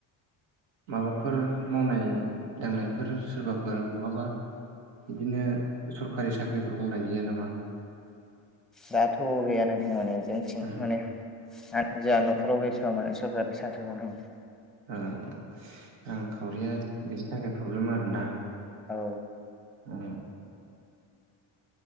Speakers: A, on the right; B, in the centre.
A: माबाफोर मावनाय दांनायफोर सोरबाफोर बहाबा बिदिनो सरखारि साख्रिफोर मावनाय गैया नामा।
B: दाथ गैया नोंथां माने जोंथिं
A: उम
B: माने आ जोंहा न'
A: ओ
B: खराव <unintelligible> माने। सरारि साख्रि मावनाय।
A: ओं रांखावरिया बेनि थाखाय प्रब्लेम आरोना।
B: औ।
A: ओम।